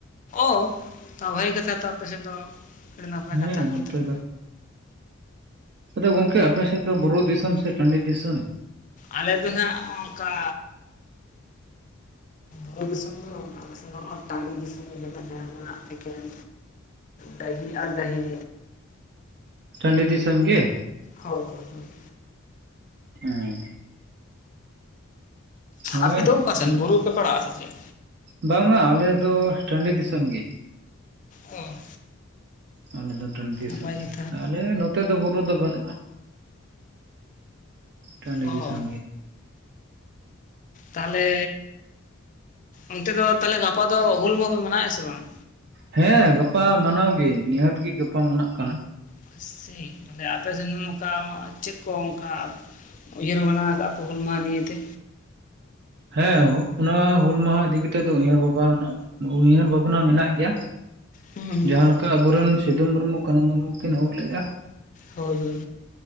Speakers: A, on the left (about 40°); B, on the right (about 55°).
A: ᱚ ᱛᱚ ᱵᱷᱟᱜᱮ ᱠᱟᱛᱷᱟ ᱛᱚ ᱟᱯᱮᱥᱮᱱ ᱫᱚ ᱟᱹᱰᱤ ᱱᱟᱯᱟᱭ
B: ᱦᱮᱸ
A: ᱠᱟᱛᱷᱟ
B: ᱱᱚᱛᱮ
A: ᱚᱱᱛᱮ ᱫᱚ
B: ᱟᱫᱚ ᱜᱚᱝᱠᱮ ᱟᱯᱮᱥᱮᱫ ᱫᱚ ᱵᱩᱨᱩ ᱫᱤᱥᱚᱢ ᱥᱮ ᱴᱟᱺᱰᱤ ᱫᱤᱥᱚᱢ
A: ᱟᱞᱮ ᱫᱚ ᱱᱟᱜ ᱚᱝᱠᱟ ᱵᱩᱨᱩ ᱫᱤᱥᱚᱢ ᱦᱚ ᱟᱞᱮᱥᱮᱱ ᱫᱚ ᱴᱟᱸᱰᱤ ᱫᱤᱥᱚᱢ ᱨᱮᱜᱮ ᱢᱮᱱᱟᱜ ᱞᱮᱭᱟ ᱮᱠᱷᱮᱱ ᱰᱟᱹᱦᱤ ᱟᱨ ᱰᱟᱹᱦᱤ
B: ᱴᱟᱸᱰᱤ ᱫᱤᱥᱚᱢ ᱜᱮ
A: ᱦᱳᱭ ᱦᱳᱭ ᱦᱳᱭ
B: ᱦᱩᱸ ᱦᱳᱭ
A: ᱟᱯᱮ ᱫᱚ ᱚᱠᱟᱥᱮᱱ
B: ᱟᱞᱮ
A: ᱵᱩᱨᱩ ᱯᱮ ᱯᱟᱲᱟᱜᱼᱟ ᱥᱮ ᱪᱮᱫ
B: ᱵᱟᱝᱟ ᱟᱞᱮ ᱫᱚ ᱴᱟᱺᱰᱤ ᱫᱤᱥᱚᱢ ᱜᱮ
A: ᱚ
B: ᱟᱞᱮ ᱫᱚ ᱴᱟᱺᱰᱤ ᱫᱤᱥᱚᱢ
A: ᱱᱟᱯᱟᱭ
B: ᱜᱮ
A: ᱠᱟᱛᱷᱟ
B: ᱟᱞᱮ ᱱᱚᱛ ᱱᱚᱛᱮ ᱫᱚ ᱵᱩᱨᱩ ᱫᱚ ᱵᱟᱹᱱᱩᱜᱼᱟ ᱴᱟᱺᱰᱤ
A: ᱚ
B: ᱫᱤᱥᱚᱢ ᱜᱮ
A: ᱛᱟᱦᱞᱮ ᱚᱱᱛᱮ ᱫᱚ ᱛᱟᱦᱚᱞᱮ ᱜᱟᱯᱟ ᱫᱚ ᱦᱩᱞ ᱢᱟᱸᱦᱟ ᱯᱮ ᱢᱮᱱᱟᱭᱮᱜᱼᱟ ᱟᱥᱮ ᱵᱟᱝ
B: ᱦᱮᱸ ᱜᱟᱯᱟ ᱢᱟᱱᱟᱣ ᱜᱮ ᱱᱤᱦᱟᱹᱛ ᱜᱤ ᱜᱟᱯᱟ ᱢᱟᱱᱟᱜ ᱠᱟᱱᱟ᱾
A: <unintelligible> ᱟᱯᱮ ᱥᱮᱱ ᱦᱚ ᱛᱟᱣ ᱪᱮᱫ ᱠᱚ ᱚᱱᱠᱟ ᱩᱭᱷᱟᱹᱨ ᱵᱷᱟᱵᱱᱟ ᱠᱟᱜ ᱟᱯᱮ ᱦᱩᱞ ᱢᱟᱦᱟ ᱱᱤᱭᱮ ᱛᱮ?
B: ᱦᱮᱸ ᱚᱱᱟ ᱦᱩᱞ ᱢᱟᱸᱦᱟ ᱤᱫᱤ ᱠᱟᱛᱮᱫ ᱫᱚ ᱩᱭᱦᱟᱹᱨ ᱵᱷᱟᱵᱟᱣᱱᱟ, ᱩᱭᱷᱟᱹᱨ ᱵᱷᱟᱵᱽᱱᱟ ᱢᱮᱱᱟᱜ ᱜᱮᱭᱟ᱾
A: ᱦᱩᱸ ᱦᱩᱸ
B: ᱡᱟᱦᱟᱸ ᱞᱮᱠᱟ ᱟᱵᱚᱨᱮᱱ ᱥᱤᱫᱷᱩ ᱢᱩᱨᱢᱩ ᱠᱟᱹᱱᱩ ᱢᱩᱨᱢᱩ ᱠᱤᱱ ᱦᱩᱞ ᱞᱮᱫᱼᱟ᱾
A: ᱦᱳᱭ ᱦᱳᱭ᱾